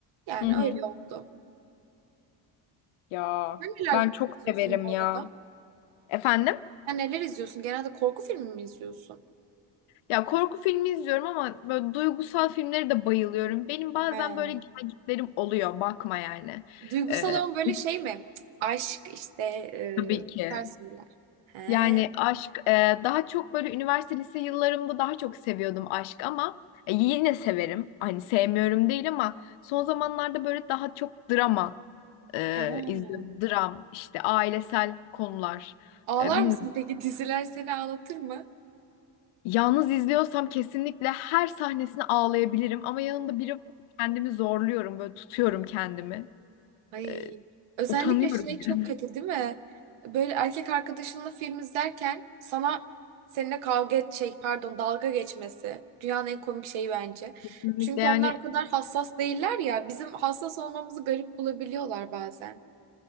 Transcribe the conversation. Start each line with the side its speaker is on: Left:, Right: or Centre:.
Right: Yani
Left: Hı hı.
Right: öyle oldu.
Left: Ya
Right: Sen neler
Left: ben çok
Right: izliyorsun
Left: severim
Right: bu
Left: ya.
Right: arada?
Left: Efendim?
Right: Sen neler izliyorsun? Genelde korku filmi mi izliyorsun?
Left: Ya korku filmi izliyorum ama böyle duygusal filmlere de bayılıyorum. Benim bazen
Right: He.
Left: böyle gelgitlerim oluyor. Bakma yani.
Right: Duygusal
Left: Ee,
Right: olan böyle
Left: <laughs>
Right: şey mi? Cık, Aşk işte e,
Left: Tabii ki.
Right: bu şeyler. He.
Left: Yani aşk e, daha çok böyle üniversite lise yıllarımda daha çok seviyordum aşk ama e, yine severim. Hani sevmiyorum değil ama son zamanlarda böyle daha çok drama e,
Right: He.
Left: izliyorum. Dram işte ailesel konular.
Right: Ağlar
Left: E, bilmiyorum.
Right: mısın peki? <laughs> Diziler seni ağlatır mı?
Left: Yalnız izliyorsam kesinlikle her sahnesine ağlayabilirim ama yanımda biri var kendimi zorluyorum böyle tutuyorum kendimi.
Right: Ay.
Left: E,
Right: Özellikle
Left: utanıyorum
Right: şey
Left: biraz.
Right: çok kötü değil mi? Böyle erkek arkadaşınla film izlerken sana seninle kavga et şey pardon dalga geçmesi dünyanın en komik şeyi bence.
Left: Kesinlikle
Right: Çünkü
Left: yani
Right: onlar o kadar hassas değiller ya. Bizim hassas olmamızı garip bulabiliyorlar bazen.